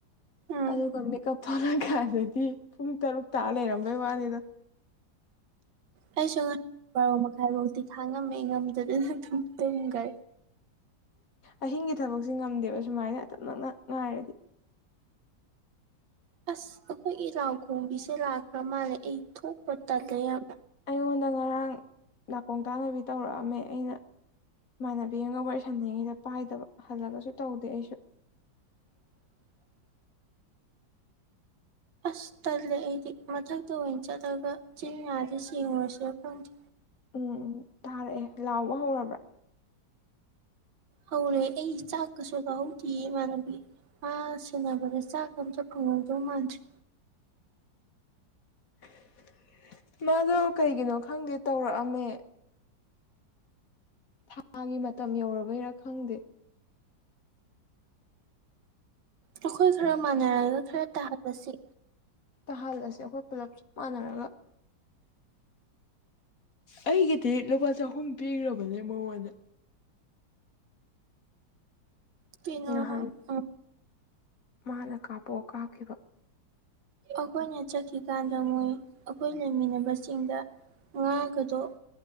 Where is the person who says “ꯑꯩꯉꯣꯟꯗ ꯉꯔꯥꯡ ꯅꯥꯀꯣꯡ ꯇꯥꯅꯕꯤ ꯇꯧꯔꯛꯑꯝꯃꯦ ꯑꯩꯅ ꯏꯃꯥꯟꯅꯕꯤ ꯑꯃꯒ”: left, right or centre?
Left